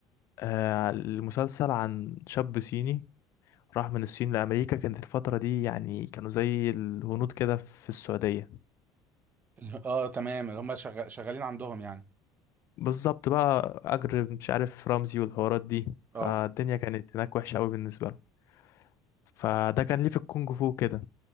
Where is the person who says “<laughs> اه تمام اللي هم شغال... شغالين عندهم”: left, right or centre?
Right